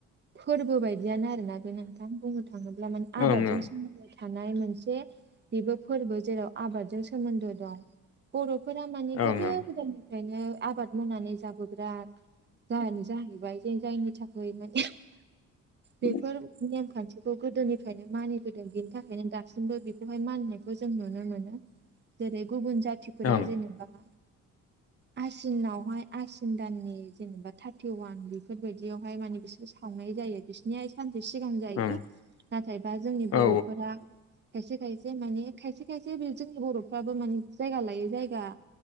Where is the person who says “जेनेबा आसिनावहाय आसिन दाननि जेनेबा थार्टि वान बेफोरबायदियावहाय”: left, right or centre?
Right